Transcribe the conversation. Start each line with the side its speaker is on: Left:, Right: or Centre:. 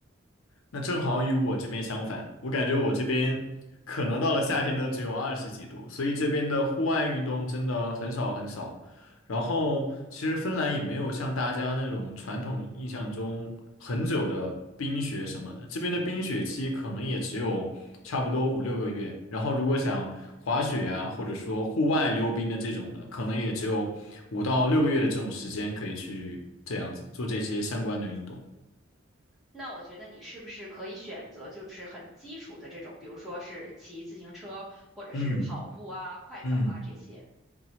Left: 那正好与我这边相反，我感觉我这边可能到了夏天都只有二十几度，所以这边的户外运动真的很少很少。然后，其实芬兰也没有像大家那种传统印象中很久的冰雪什么的，这边的冰雪期可能也只有差不多五六个月。然后，如果想滑雪啊，或者说户外溜冰的这种的，可能也只有五到六个月的这种时间可以去这样子做这些相关的运动。
Centre: 那我觉得你是不是可以选择就是很基础的这种，比如说是骑自行车或者是跑步啊、
Left: 嗯。
Centre: 快走啊这些。
Left: 嗯，